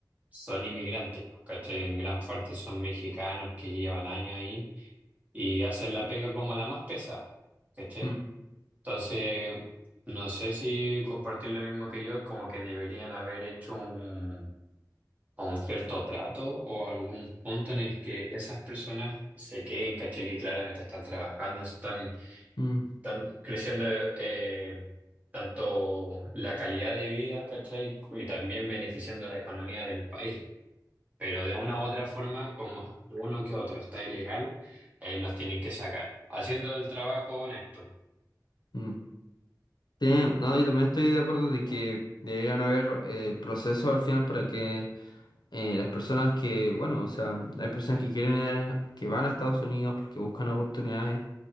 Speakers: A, on the right; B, on the left.
A: Son inmigrantes, pues, ¿cachai? En gran parte son mexicanos que llevan años ahí y hacen la pega como la más pesada, ¿cachai?
B: mm,
A: Entonces, no sé si compartir lo mismo que yo, como que deberían haber hecho un, un cierto trato o algún punto en el que esas personas se queden, caché que claramente están trabajando, están,
B: mm,
A: están creciendo eh, tanto la calidad de vida, ¿cachai? Y también beneficiando la economía del país. Pero de una u otra forma, como uno que otro está ilegal, eh, los tienen que sacar, haciendo el trabajo honesto.
B: mm. Sí, no, yo también estoy de acuerdo de que deberían haber eh, procesos al final para que eh, las personas que, bueno, o sea, hay personas que quieren ir a- que van a Estados Unidos porque buscan oportunidades